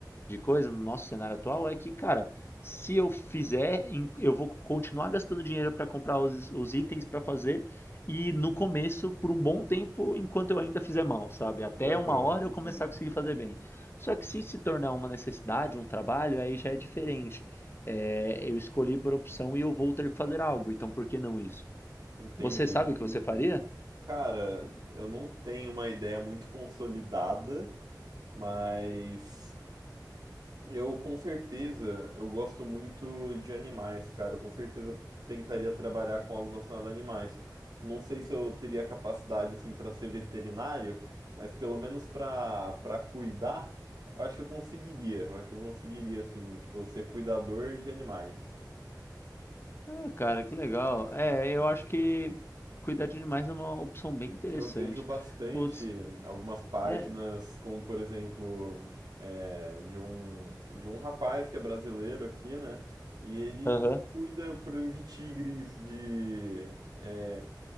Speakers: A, on the left; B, on the right.
A: de coisa no nosso cenário atual é que, cara, se eu fizer, eu vou continuar gastando dinheiro para comprar os, os itens para fazer e no começo por um bom tempo, enquanto eu ainda fizer mal, sabe? Até
B: Aham,
A: uma hora eu começar a conseguir fazer bem. Só que se se tornar uma necessidade, um trabalho, aí já é diferente. É, eu escolhi por opção e eu vou ter que fazer algo, então por que não isso?
B: entendi.
A: Você sabe o que você faria?
B: Cara, eu não tenho uma ideia muito consolidada, mas Eu com certeza, eu gosto muito de animais, cara. Eu com certeza tentaria trabalhar com algo relacionado a animais. Não sei se eu teria capacidade assim para ser veterinário, mas pelo menos para para cuidar, eu acho que eu conseguiria. Eu acho que eu conseguiria assim, tipo, ser cuidador de animais.
A: Ah, cara, que legal. É, eu acho que cuidar de animais é uma opção bem interessante.
B: que eu vejo bastante
A: Putz.
B: algumas páginas,
A: é,
B: como por exemplo, é, de um, de um rapaz que é brasileiro aqui, né? E ele
A: Aham,
B: cuida por exemplo, de tigres, de. é,